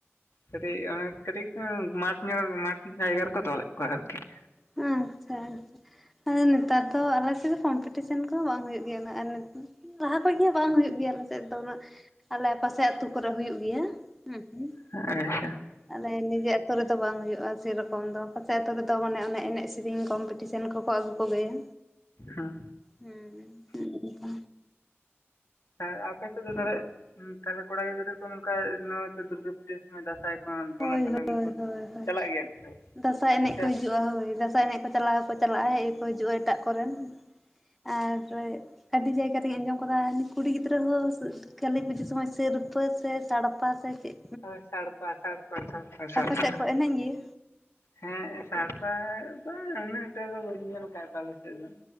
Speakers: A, on the left; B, in the centre.
A: ᱠᱟᱴᱤᱡ ᱚᱱᱮ ᱠᱟᱴᱤᱡ ᱩᱸ ᱢᱟᱴᱷ ᱧᱚᱜ ᱢᱟᱴᱷ ᱡᱟᱭᱜᱟ ᱨᱮᱠᱚ ᱛᱚᱞᱮᱜ ᱠᱚᱣᱟ ᱟᱨᱠᱤ ᱾
B: ᱟᱪᱪᱷᱟ ᱟᱪᱪᱷᱟ ᱟᱨ ᱱᱮᱛᱟᱨ ᱫᱚ ᱟᱞ ᱥᱮᱫ ᱠᱚᱢᱯᱤᱴᱤᱥᱚᱱ ᱠᱚ ᱵᱟᱝ ᱦᱩᱭᱩᱜ ᱜᱮᱭᱟ ᱱᱟ ᱟᱨ ᱞᱟᱦᱟ ᱠᱷᱚᱡ ᱜᱮ ᱵᱟᱝ ᱦᱩᱭᱩᱜ ᱜᱮᱭᱟ ᱟᱞᱮᱥᱮᱫ ᱫᱚ ᱩᱱᱟᱹᱜ ᱟᱞᱮ ᱯᱟᱥᱮ ᱟᱛᱩ ᱠᱚᱨᱮ ᱦᱩᱭᱩᱜ ᱜᱮᱭᱟ ᱦᱩᱸ ᱾
A: ᱟᱪᱪᱷᱟ ᱾
B: ᱟᱞᱮ ᱱᱤᱡᱮ ᱟᱛᱳ ᱨᱮᱫᱚ ᱵᱟᱝ ᱦᱩᱭᱩᱜᱼᱟ ᱥᱮᱨᱚᱠᱚᱢ ᱫᱚ ᱯᱟᱥᱮ ᱟᱛᱳ ᱨᱮᱫᱚ ᱢᱟᱱᱮ ᱚᱱᱮ ᱮᱱᱮᱡ ᱥᱮᱨᱮᱧ ᱠᱚᱢᱯᱤᱴᱚᱱ ᱥᱮᱱ ᱠᱚᱠᱚ ᱟᱹᱜᱩ ᱠᱚᱜᱮᱭᱟ,
A: ᱦᱩᱸ
B: ᱦᱩᱸ ᱚᱱᱠᱟ
A: ᱦᱮ ᱟᱯᱮ ᱥᱮᱫ ᱫᱚ ᱛᱟᱦᱞᱮ ᱩᱸ ᱛᱷᱟᱞᱮ ᱠᱚᱲᱟ ᱜᱤᱫᱽᱨᱟᱹ ᱠᱚ ᱱᱚᱝᱠᱟ ᱱᱚ ᱫᱩᱨᱜᱟᱹ ᱯᱩᱡᱟᱹ ᱚᱱᱟ ᱫᱟᱸᱥᱟᱭ ᱠᱷᱚᱱ
B: ᱦᱳᱭ
A: ᱚᱱᱟ ᱛᱚᱞ
B: ᱦᱳᱭ
A: ᱞᱟᱜᱤᱜ ᱠᱚ
B: ᱦᱳᱭ ᱦᱳᱭ
A: ᱪᱟᱞᱟᱜ ᱜᱮᱭᱟ ᱠᱚ ᱥᱮ
B: ᱫᱟᱸᱥᱟᱭ ᱮᱱᱮᱡ ᱠᱚ ᱦᱤᱡᱩᱜᱼᱟ ᱦᱳᱭ ᱫᱟᱥᱟᱭ ᱮᱱᱮᱡ ᱪᱟᱞᱟᱣ ᱦᱚᱠᱚ ᱪᱟᱞᱟᱜᱼᱟ ᱦᱮᱡ ᱦᱚᱠᱚ ᱦᱤᱡᱩᱜᱼᱟ ᱮᱴᱟᱜ ᱠᱚᱨᱮᱱ ᱟᱨ ᱨᱮ ᱟᱹᱰᱤ ᱡᱟᱭᱜᱟ ᱨᱤᱧ ᱟᱸᱡᱚᱢ ᱠᱟᱫᱟ ᱠᱩᱲᱤ ᱜᱤᱫᱽᱨᱟᱹ ᱦᱚᱸ ᱥᱮ ᱠᱟᱞᱤ ᱯᱩᱡᱟᱹ ᱥᱚᱢᱚᱭ ᱥᱤᱨᱯᱟᱹ ᱥᱮ ᱥᱟᱲᱯᱟ ᱥᱮ ᱪᱮᱜ?
A: ᱦᱳᱭ ᱥᱟᱲᱯᱟ ᱥᱟᱲᱯᱟ ᱥᱟᱲᱯᱟ ᱥᱟᱲᱯᱟ
B: ᱟᱯᱮ ᱥᱮᱫ ᱠᱚ
A: ᱾
B: ᱮᱱᱮᱡ ᱜᱮᱭᱟ?
A: ᱦᱮᱸ ᱥᱟᱲᱯᱟ ᱫᱚ ᱩᱱᱟᱹᱜ ᱴᱟ ᱫᱚ ᱵᱟᱹᱧ ᱧᱮᱞ ᱠᱟᱜ ᱛᱟᱞᱮ ᱥᱮᱜ ᱫᱚ